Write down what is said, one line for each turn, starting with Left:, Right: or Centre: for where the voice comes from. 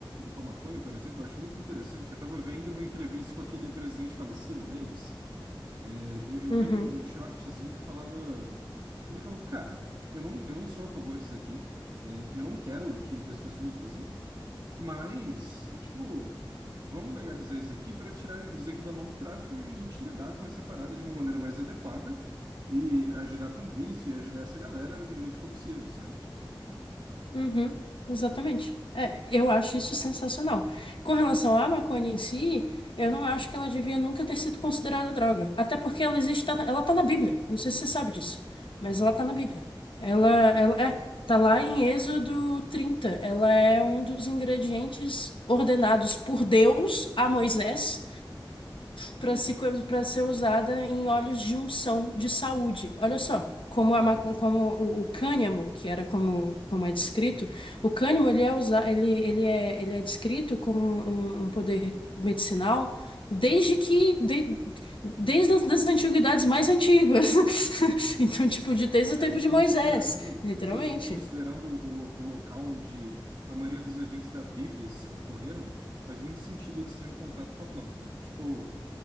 Right: com a maconha, por exemplo, eu acho muito interessante. Eu estava vendo uma entrevista com aquele presidente falecido deles. É, eu, eu
Left: Uhum.
Right: vi um, um shortzinho que falava. Ele falava, cara, eu não, eu não sou a favor disso aqui. É, eu não quero que, que as pessoas usem. Mas, tipo, vamos legalizar isso aqui para tirar isso aqui da mão do tráfico e a gente lidar com essa parada de uma maneira mais adequada e ajudar com vício e ajudar essa galera no que for possível, sabe?
Left: Uhum, exatamente. É, eu acho isso sensacional. Com relação à maconha em si, eu não acho que ela devia nunca ter sido considerada droga. Até porque ela existe, tá na- ela tá na Bíblia. Eu não sei se você sabe disso, mas
Right: Não,
Left: ela tá na Bíblia. Ela,
Right: eu boto fé.
Left: ela é, tá lá em Êxodo trinta Ela é um dos ingredientes ordenados por Deus a Moisés para
Right: Uhum,
Left: se, para ser usada em óleos de unção de saúde. Olha só, como,
Right: uhum,
Left: a, maco- como o, o cânhamo, que era como, como é descrito, o cânhamo ele é, usa, ele, ele é, ele é descrito como um, um um poder medicinal desde que de- desde as das antiguidades mais antigas. <laughs>
Right: uhum.
Left: Então, tipo, de, desde o
Right: É,
Left: tempo
Right: e considerando,
Left: de Moisés, literalmente.
Right: justo, e considerando o, lo- o local onde a maioria dos eventos da Bíblia se- ocorreram, faz muito sentido eles terem contato com a planta. Tipo,